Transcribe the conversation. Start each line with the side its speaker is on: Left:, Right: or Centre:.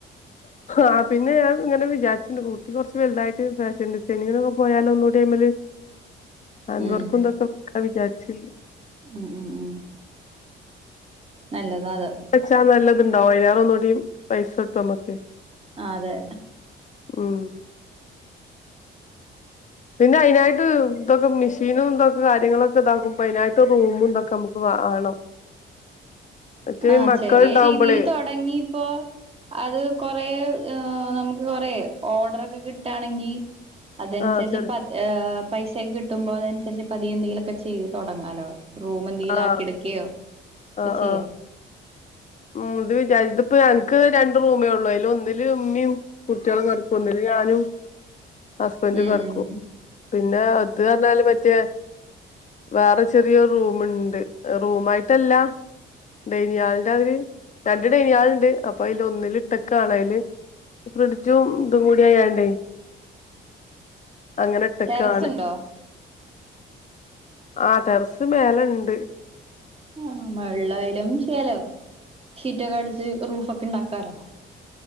Left: ആ പിന്നെ ഞാൻ ഇങ്ങനെ വിചാരിച്ചിണ്ട്, കുട്ടി കൊറച് വലുതായിട്ട് ഫാഷൻ ഡിസൈനിങ്ങൊക്കെ, പോയാലോ ഒന്നുകൂടി അയ്‌മല്. ഹാൻഡ്
Right: ഉം.
Left: വർക്കുംന്തൊക്കെ <unintelligible> വിചാരിച്ചി.
Right: ഉം ഉം ഉം. നല്ലതാ അത്.
Left: ടിച്ചാ നല്ലതുണ്ടാവും. <unintelligible> ഒന്നൂടീം പൈസ കിട്ടും നമ്മക്ക്.
Right: ആഹ് അതെ.
Left: ഉം. പിന്നെ അയ്നായിട്ട് ഇതൊക്കെ മെഷീനും ഇന്തൊക്കെ കാര്യങ്ങളൊക്കെ ഇതാക്കുമ്പ, അതിനായിട്ട് റൂമും ഇന്തൊക്കെ നമുക്ക് വേണം. <inaudible> മറ്റേ
Right: ആഹ്
Left: മക്കളുണ്ടാവുമ്പോളേ
Right: ചെറിയ രീതിയില് തൊടങ്ങിപ്പോ, അത് കൊറേ നമുക്ക് കൊറേ, ഓർഡറൊക്കെ കിട്ടാണെങ്കിൽ അതനുസരിച്ച്
Left: ആഹ് ചെറി
Right: പ ഏഹ് പൈസക്കെ കിട്ടുമ്പോ അതനുസരിച്ച് പതിയെന്തെങ്കിലും ഒക്കെ ചെയ്ത് തുടങ്ങാലോ. റൂമന്തേലും
Left: ആഹ്
Right: ആക്കി എടുക്കയോ ക്കെ
Left: ആഹ്
Right: ചെയ്യാ.
Left: ആഹ് ഉം ഇത് വിചാരിച്ച ഇതിപ്പ ഞങ്ങക്ക് രണ്ട് റൂമേ ഉള്ളൂ. അയില് ഒന്നില് ഇമ്മീം, കുട്ട്യോളും കടക്കും. ഒന്നില് ഞാനും ഹസ്ബന്റും
Right: ഉം
Left: കടക്കും.
Right: ഉം
Left: പിന്നെ അത് പറഞ്ഞാല് മറ്റേ വേറെ ചെറിയ റൂമുണ്ട്. റൂമ് ആയിട്ടല്ല. ഡനിയാൾ എന്ത അവര്. രണ്ട് ഡയനിങ്ങ് ഹാളുണ്ട് അപ്പൊ അയ്ല് ഒന്നില് ഇട്ടകാണ് അയില്. ഫ്രിഡ്ജും ഇതും കൂടിയായാണ്ടേ. അങ്ങനെ ഇട്ടകാണ്.
Right: ടെറസുണ്ടോ
Left: ആഹ് ടെറസ് മേലേണ്ട്.
Right: ആ വെള്ളായാലും ചേലോ. ഷീറ്റൊക്കെ അടിച്ച് റൂഫ് ഒക്കെ ഉണ്ടാക്കാലോ.